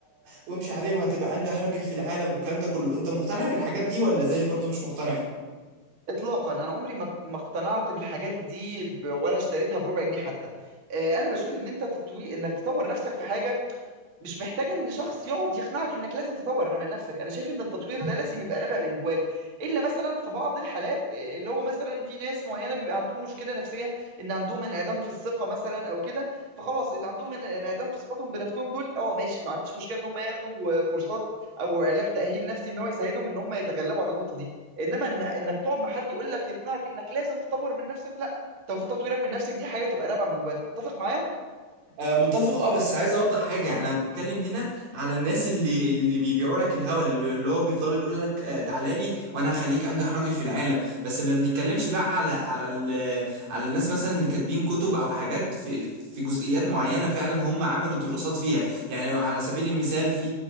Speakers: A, on the right; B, on the right.
A: وامشي عليه وهتبقى انجح راجل في العالم والكلام ده كله انت مقتنع بالحاجات دي ولا زي برضو مش مقتنع
B: اطلاقا انا عمري ما ما اقتنعت بالحاجات دي ب- ولا اشتريتها بربع جنيه حتى آه، انا بشوف ان انت تطوي انك تطور نفسك في حاجه مش محتاجه ان شخص يقعد يقنعك انك لازم تطور انا من نفسك انا شايف ان التطوير ده لازم يبقى نابع من جواك الا مثلا في بعض الحالات إيه، اللي هو مثلا في ناس معينه بيبقى عندهم مشكله نفسيه ان عندهم انعدام في الثقه مثلا او كده فخلاص اللي عندهم ان- انعدام في ثقتهم بنفسهم دول اه ماشي ما عنديش مشكله ان هم ياخدوا آه، كورسات او علاج تاهيل نفسي ان هو يساعدهم ان هم يتغلبوا على النقطه دي انما إن انك تقعد مع حد يقول لك يقنعك انك لازم تطور من نفسك لا طب تطويرك من نفسك دي حاجه تبقى نابعه من جواك متفق معايا
A: آه، متفق اه بس عايز اوضح حاجه انا بتكلم هنا على الناس اللي اللي بيبيعوا لك الهوا اللي, بي... اللي هو بيفضلوا يقول لك آه، تعالى لي وانا هخليك انجح راجل في العالم بس ما بنتكلمش بقى على على ال... على الناس مثلا اللي كاتبين كتب او حاجات في في جزئيات معينه فعلا هم عملوا دراسات فيها يعني على سبيل المثال في